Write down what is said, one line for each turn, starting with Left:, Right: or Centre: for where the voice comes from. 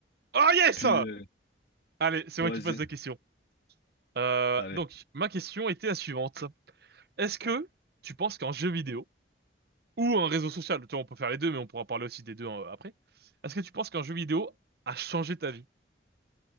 Right: Oh yes!
Left: Puis, euh,
Right: Allez, c'est
Left: bon,
Right: moi qui
Left: vas-y.
Right: pose la question. Euh,
Left: Allez.
Right: donc, ma question était la suivante. Est-ce que tu penses qu'un jeu vidéo, ou un réseau social, tu vois, on peut faire les deux, mais on pourra parler aussi des deux euh, après. Est-ce que tu penses qu'un jeu vidéo a changé ta vie?